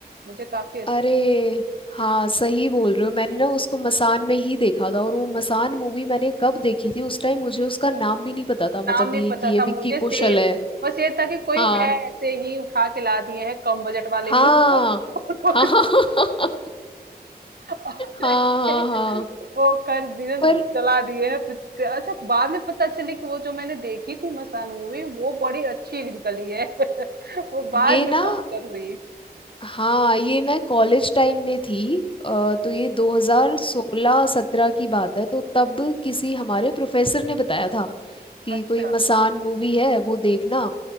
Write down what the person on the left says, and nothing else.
अरे
हाँ सही बोल रहे हो मैंने ना उसको मसान में ही देखा था और वो मसान मूवी मैंने कब देखी थी उस टाइम मुझे उसका नाम भी नहीं पता था मतलब
ये
कि ये
विक्की
कौशल
है
हाँ
हाँ
हाँ <laughs> हाँ हाँ
हाँ
हाँ, हाँ, हाँ।
पर
ये
ना
हाँ ये मैं कॉलेज टाइम में थी अ, तो ये 2016-17 की बात है तो तब किसी हमारे प्रोफेसर ने बताया था कि
कोई मसान मूवी है वो देखना